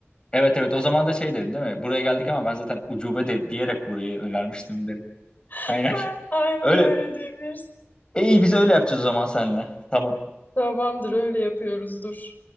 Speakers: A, on the left; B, on the left.
A: evet evet o zaman da şey derim değil mi? Buraya geldik ama ben zaten ucube de, diyerek burayı önermiştim derim. Aynen.
B: <laughs>
A: <laughs>
B: Aynen
A: Öyle
B: öyle diyebiliriz.
A: E iyi biz öyle yapacağız o zaman seninle. Tamam.
B: Tamamdır öyle yapıyoruz dur.